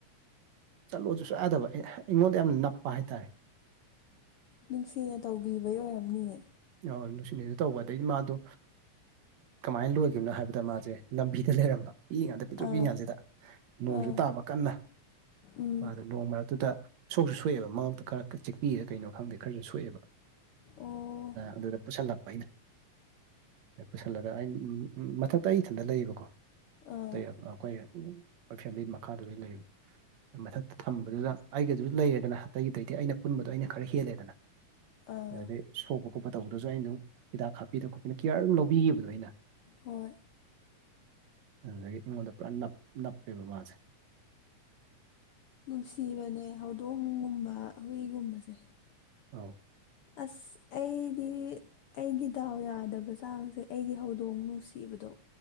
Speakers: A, on the right (about 70°); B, on the left (about 70°).
A: ꯆꯠꯂꯣꯁꯨ ꯁ ꯌꯥꯗꯕ ꯑꯩꯉꯣꯟꯗ ꯌꯥꯝꯅ ꯅꯞꯄ ꯍꯥꯏꯇꯥꯔꯦ
B: ꯅꯨꯡꯁꯤꯅ ꯇꯧꯕꯤꯕꯩ ꯑꯣꯏꯔꯝꯅꯤꯌꯦ꯫
A: ꯅꯨꯡꯁꯤꯡꯅꯤꯗ ꯇꯧꯕ ꯑꯗꯗꯒꯤ ꯃꯥꯗꯣ ꯀꯃꯥꯏꯅ ꯂꯣꯏꯈꯤꯕꯅꯣ ꯍꯥꯏꯕꯗ ꯃꯥꯁꯦ ꯂꯝꯕꯤꯗ ꯂꯩꯔꯝꯕ ꯄꯤꯛꯏ ꯀꯥꯟꯗ ꯄꯤꯛꯇ꯭ꯔꯨ
B: ꯑꯥ
A: ꯄꯤꯛꯏ ꯀꯥꯟꯁꯤꯗ ꯅꯣꯡꯁꯨ
B: ꯑꯥ
A: ꯇꯥꯕ ꯀꯟꯅ
B: ꯎꯝ
A: ꯃꯥꯗꯣ ꯅꯣꯡ ꯃꯔꯛꯇꯨꯗ ꯁꯣꯛꯁꯨ ꯁꯣꯛꯑꯦꯕ ꯃꯉꯛꯇ ꯈꯔ ꯆꯤꯛꯄꯤꯗ ꯀꯩꯅꯣ ꯈꯪꯗꯦ ꯈꯔꯁꯨ ꯁꯣꯛꯑꯦꯕ
B: ꯑꯣ
A: ꯑꯗꯨꯗ ꯄꯨꯁꯜꯂꯛꯄ ꯑꯩꯅ ꯄꯨꯁꯤꯜꯂꯒ ꯑꯩ ꯃꯊꯛꯇ ꯑꯩ ꯏꯊꯟꯇ ꯂꯩꯌꯦꯕꯀꯣ꯫
B: ꯑꯥ
A: ꯑꯇꯩ ꯑꯩꯈꯣꯏ ꯑꯩꯈꯣꯏ ꯐꯦꯃꯤꯂꯤ ꯃꯈꯥꯗ ꯂꯣꯏꯟ ꯂꯩꯕ꯫ ꯃꯊꯛꯇ ꯊꯝꯕꯗꯨꯗ ꯑꯩꯒꯁꯨ ꯂꯩꯌꯦꯗꯅ ꯑꯇꯩ ꯑꯇꯩꯗꯩꯩ ꯑꯩꯅ ꯄꯨꯟꯕꯗꯣ ꯑꯩꯅ ꯈꯔ ꯍꯦꯜꯂꯦꯗꯅ꯫
B: ꯑꯥ
A: ꯑꯗꯨꯗꯒꯤ ꯁꯣꯛꯄ ꯈꯣꯠꯄ ꯇꯧꯕꯗꯁꯨ ꯑꯩꯅ ꯑꯗꯨꯝ ꯍꯤꯗꯥꯛ ꯍꯥꯞꯄꯤꯗꯅ ꯈꯣꯠꯄꯤꯗ ꯀꯤꯌꯥꯔ ꯑꯗꯨꯝ ꯂꯧꯕꯤꯈꯤꯕꯗꯣ ꯑꯩꯅ꯫
B: ꯍꯣꯏ
A: ꯑꯗꯨꯗꯒꯤ ꯑꯩꯉꯣꯟꯗ ꯄꯨꯔꯥꯞ ꯅꯞꯄꯦꯕ ꯃꯥꯁꯦ
B: ꯅꯨꯡꯁꯤꯕꯅꯦ ꯍꯧꯗꯣꯡꯒꯨꯝꯕ ꯍꯨꯏꯒꯨꯝꯕꯁꯦ꯫
A: ꯑꯧ
B: ꯑꯁ ꯑꯩꯗꯤ ꯑꯩꯒꯤ ꯗꯥꯎ ꯌꯥꯗꯕ ꯆꯥꯡꯁꯦ ꯑꯩꯒꯤ ꯍꯧꯗꯣꯡ ꯅꯨꯡꯁꯤꯕꯗꯣ꯫